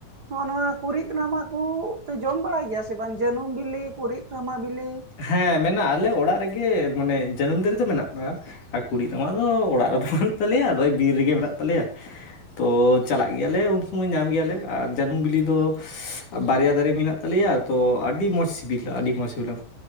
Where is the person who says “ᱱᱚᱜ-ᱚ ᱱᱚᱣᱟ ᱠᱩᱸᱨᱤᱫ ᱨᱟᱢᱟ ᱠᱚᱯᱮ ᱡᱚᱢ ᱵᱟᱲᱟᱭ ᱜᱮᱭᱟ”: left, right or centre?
Right